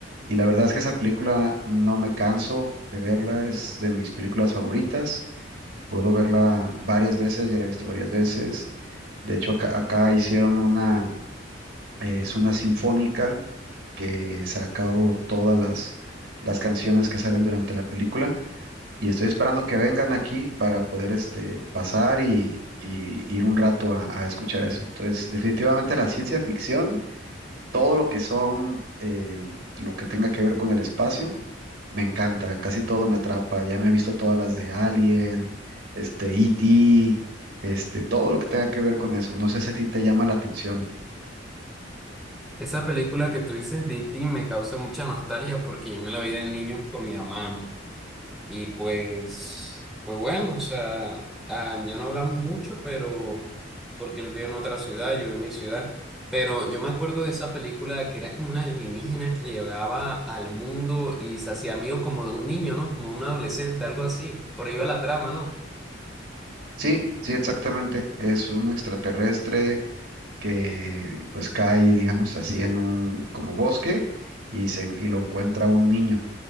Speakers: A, on the right (about 85°); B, in the centre.
A: y la verdad es que esa película no me canso de verla, es de mis películas favoritas. Puedo verla varias veces, ya la he visto varias veces. De hecho, acá, acá hicieron una, eh, es una sinfónica que sacó todas las, las canciones que salen durante la película y estoy esperando que vengan aquí para poder este, pasar y, y ir un rato a, a escuchar eso. Entonces, definitivamente la ciencia ficción, todo lo que son, eh, lo que tenga que ver con el espacio, me encanta, casi todo me atrapa. Ya me he visto todas las de Alien, este, E.T., este, todo lo que tenga que ver con eso. No sé si a ti te llama la atención.
B: Esa película que tú dices, D.T., me causa mucha nostalgia porque yo me la vi de niño con mi hermano. Y pues, pues bueno, o sea, ah, ya no hablamos mucho, pero porque él vive en otra ciudad, yo vivo en mi ciudad. Pero yo me acuerdo de esa película que era como una alienígena que llegaba al mundo y se hacía amigo como de un niño, ¿no? Como un adolescente, algo así. Por ahí va la trama, ¿no?
A: Sí, sí, exactamente. Es un extraterrestre que pues cae, digamos así, en un como bosque y, se, y lo encuentra un niño